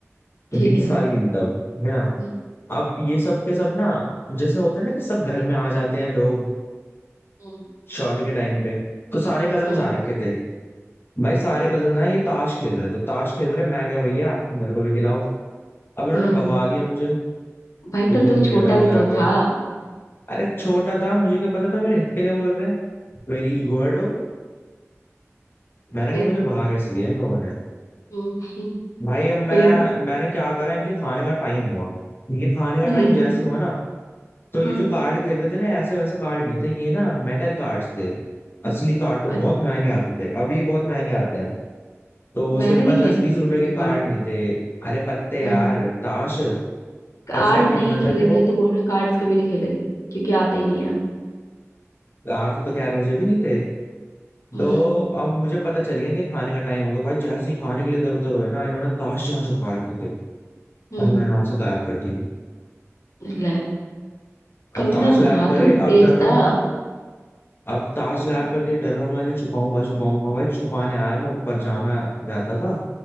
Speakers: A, on the left; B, on the left.
A: तो
B: ठीक
A: बीस
B: है
A: साल की थी तब है ना
B: हम्म
A: अब ये सब के सब ना जैसे होता है ना कि सब घर में आ जाते हैं लोग
B: हम्म
A: शादी के टाइम पे तो सारे कजन
B: हम्म
A: आ रखे थे भाई सारे
B: हम्म,
A: कजन ना ये ताश खेल रहे थे ताश खेल रहे मैं क्या भैया मेरे को भी खिलाओ अब इन्होंने
B: हम्म।
A: भगा दिया मुझे
B: भाई
A: कि
B: तो
A: तू
B: तू
A: नहीं खेलेगा
B: छोटा
A: वगैरह
B: भी तो
A: वगैरह
B: था हम्म,
A: अरे छोटा था मुझे क्या पता था मेरे हित के लिए बोल रहे हैं मेरी ईगो हर्ट हो गई मैंने
B: फिर
A: कहा मुझे भगा कैसे दिया इन लोगों ने
B: हम्म, <laughs>
A: भाई अब मैं
B: फिर
A: मैंने क्या करा इनके खाने का टाइम हुआ इनके खाने का
B: हम्म,
A: टाइम जैसे हुआ ना तो ये
B: हाँ,
A: जो कार्ड खेल रहे थे ना ऐसे वैसे कार्ड नहीं थे ये ना मेटल कार्ड्स थे असली कार्ड तो
B: अ-
A: बहुत महंगे आते थे अभी बहुत महंगे आते हैं तो
B: मैंने
A: सिंपल
B: नहीं खेला
A: दस बीस
B: कभी
A: रुपए
B: मेटल
A: के कार्ड नहीं थे अरे पत्ते यार
B: कार्ड
A: ताश
B: कार्ड
A: पर फर्क
B: नहीं
A: इतना
B: खेले
A: था कि वो
B: भाई तो बोल रहे कार्ड्स कभी नहीं खेले क्योंकि आते ही नहीं है
A: आते तो तो खैर मुझे भी नहीं थे
B: हम्म
A: तो अब मुझे पता चल गया इनके खाने का टाइम हो गया भाई जैसे ही खाने के लिए इधर उधर हुए ना इन्होंने ताश जहाँ छुपा रखे थे भाई
B: हम्म
A: मैंने वहां से गायब कर दी
B: ले कमीना
A: अब ताश गायब
B: तो था
A: करे
B: तू तेज
A: अब डर रहा
B: था
A: हूं मैं अब ताश गायब
B: हम्म
A: कर दिया डर रहा हूँ मैंने छुपाऊंगा छुपाऊंगा भाई छुपाने आया मैं ऊपर जहाँ मैं रहता था